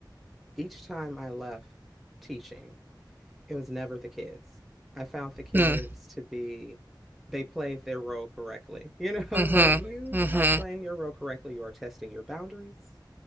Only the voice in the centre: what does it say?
each time I left teaching, It was never the kids. I found the kids
to be, they played their role correctly. You know, <laughs> it's
like you
are playing your role correctly. You are testing your boundaries.